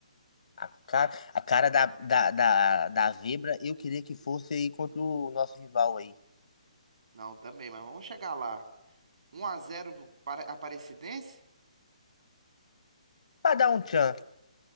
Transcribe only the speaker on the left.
A cara, a cara da, da, da, da Vibra, eu queria que fosse aí contra o nosso rival aí.
Pra dar um tchan.